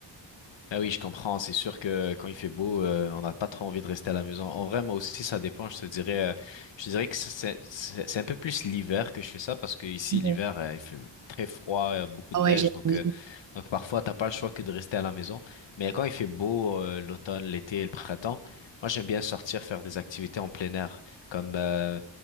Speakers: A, on the left; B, on the right.
A: Ah oui, je comprends. C'est sûr que quand il fait beau, euh, on n'a pas trop envie de rester à la maison. En vrai, moi aussi, ça dépend. Je te dirais, euh, je te dirais que ça, c'est c'est- c'est un peu plus l'hiver que je fais ça parce que ici,
B: Ouais.
A: l'hiver, euh, il fait très froid, euh, beaucoup
B: Ah
A: de neige,
B: ouais, j'ai
A: donc
B: envie.
A: euh, donc parfois, t'as pas le choix que de rester à la maison. Mais quand il fait beau, euh, l'automne, l'été, et le printemps, moi, j'aime bien sortir faire des activités en plein air, comme euh,